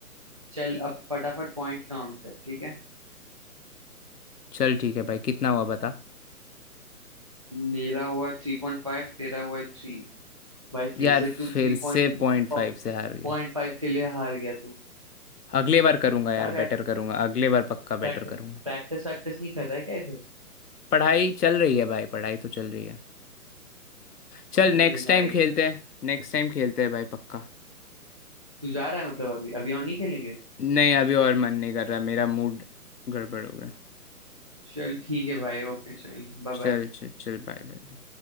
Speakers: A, on the right; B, on the left.
A: चल अब फटाफट पॉइंट काउंट कर ठीक है
B: चल ठीक है भाई कितना हुआ बता
A: मेरा हुआ थ्री पॉइंट फाइव तेरा हुआ थ्री भाई फिर
B: यार
A: से तू
B: फिर
A: थ्री
B: से
A: पॉइंट
B: पॉइंट फाइव
A: पॉइंट
B: से हार गया
A: फाइव के लिए हार गया तू
B: अगले बार करूंगा यार
A: क्या कर
B: बेटर करूंगा अगले बार पक्का
A: प्रैक्टिस
B: बेटर करूंगा
A: प्रैक्टिस वैक्टिस नहीं कर रहा है क्या इधर
B: पढ़ाई चल रही है भाई पढ़ाई तो चल रही है चल
A: अरे
B: नेक्स्ट
A: भाई
B: टाइम खेलते हैं नेक्स्ट टाइम खेलते हैं भाई पक्का
A: तू जा रहा है मतलब अभी अभी और नहीं खेलेंगे
B: नहीं अभी और मन नहीं कर रहा मेरा मूड गड़बड़ हो गया
A: चल ठीक है भाई ओके चल बाय
B: चल
A: बाय
B: चल चल बाय बाय बाय।